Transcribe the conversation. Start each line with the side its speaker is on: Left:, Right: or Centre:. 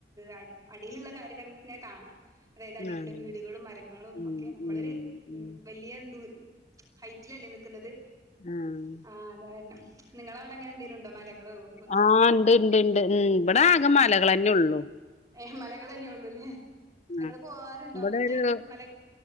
Right: അടി അടിയിലുള്ള കാര്യങ്ങക്ക് ഇങ്ങനെ കാണാം അതായത് അടിയിലുള്ള
Left: ആഹ്
Right: വീടുകളും മരങ്ങളും
Left: ഉം
Right: ഒക്കെ നമ്മളൊര്
Left: ഉം
Right: മ്
Left: ഉം
Right: വല്യയ എന്തോ ഹൈറ്റിലല്ലേ നിക്കുന്നത്
Left: ആഹ്
Right: ആ അതാരണം നിങ്ങളവടെ അങ്ങനെ എന്തെലും ഉണ്ടോ മല <unintelligible> കുന്നുങ്ങളൊക്കെ
Left: ആഹ് ഇണ്ട് ഇണ്ട് ഇണ്ട് ഉം ഇവിടെ ആകെ മലകളന്നെ ഉള്ളു
Right: മ് ഏ മലകള്ന്നെയുള്ളൂല്ലേ നിങ്ങള്
Left: ആഹ്
Right: പോവാറുണ്ടോ
Left: ഇവിടെ
Right: അങ്ങിട്ട്
Left: ഒരു
Right: മല